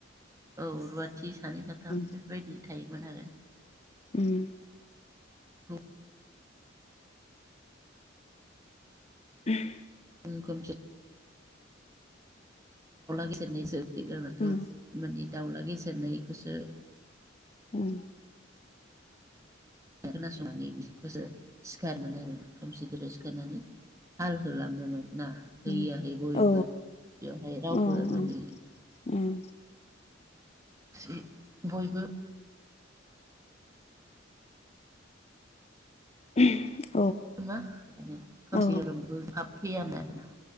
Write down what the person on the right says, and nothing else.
औ रुवाथि सानै साथाम
बेफोरबायदि थायोमोन आरो
फुं
<unintelligible> दाउला गेसिरनोसै। सिगांनाथ'
मानि दाउला गेसेेरनायखौसो
खोना संनानै। खौसो सिखारोमोन आरो खोमसि गोसो सिखारनानै हाल होलाङोमोन ना है
या है बयबो
बेवहाय रावबो
मानि
<unintelligible> बयबो।
मा बिदि खोमसि
गोरोमबो हाब फैया नो <unintelligible>